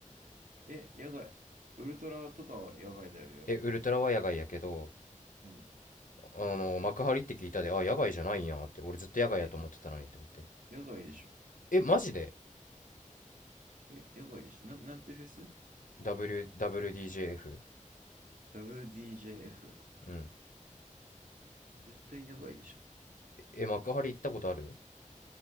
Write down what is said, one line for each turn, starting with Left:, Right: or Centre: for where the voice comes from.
Right: え、野外。ウルトラとかは野外であるよ。
Left: え、ウルトラは野外やけど、
Right: うん。
Left: あの、幕張って聞いたで、あ、野外じゃないんやって、俺ずっと野外やと思ってたのにって思って。
Right: え、野外でしょ
Left: え、マジで
Right: え、野外でしょな、なんてフェス
Left: ?W、WDJF?
Right: ?WDJF。
Left: うん。
Right: 絶対野外でしょ
Left: え、幕張行ったことある